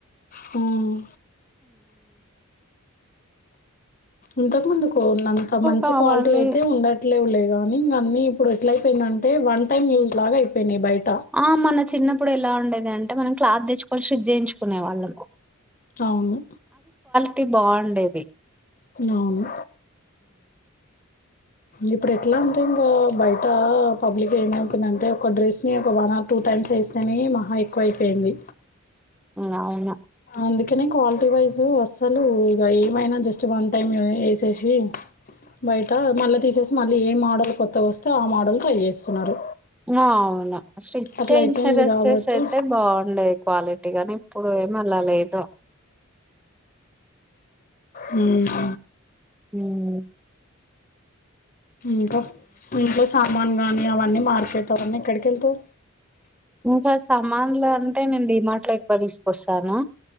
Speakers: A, on the left; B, in the centre.
A: హ్మ్. ఇంతకు ముందు అంత మంచి
B: కావాలి
A: క్వాలిటీ అయితే ఉండట్లేలేదులే గానీ ఇంకా అన్నీ ఇప్పుడు ఎట్ల అయిపోయిందంటే వన్ టైమ్ యూస్ లాగా అయిపోయినాయి బయట్
B: ఆ మన చిన్నప్ ఇప్పుడే ఇలా ఉండేది అంటే మనం క్లాత్ తెచ్చుకొని స్టిచ్ చేయించుకునే వాళ్ళం
A: అవును
B: టి బాండేవి
A: అవును ఇప్పుడు ఎట్లా ఉందంటే బయట పబ్లిక్ అయినా ఎందంటే ఒక డ్రెస్ని ఒక వన్ ఆర్ టూ టైమ్స్ వేస్తేనే మహా ఎక్కువ అయిపోయింది
B: అవును
A: అందుకనే క్వాలిటీ వైజు అస్సలు ఇక ఏమైనా జస్ట్ వన్ టైం వేసేసి బయట మళ్ళీ తీసేసి మళ్ళీ ఏ మోడల్ కొత్తగా వస్తే ఆ మోడల్ ట్రై చేస్తున్నారు
B: ఆ అవును స్టిచ్
A: అట్లా
B: చేయించిన
A: అయిపోయింది
B: డ్రెస్సెస్
A: కాబట్టి
B: అయితే బాగుండేది క్వాలిటీ గాని ఇప్పుడు ఏమి అలా లేదు
A: మ్మ్
B: మ్మ్
A: ఇంకా ఇంకా సామాను గానీ అవన్నీ మార్కెట్ <inaudible> ఎక్కడికెళ్తాయి
B: ఇంకా సామాన్లు అంటే నేను డీ మార్ట్లో ఎక్కువ తీసుకొస్తాను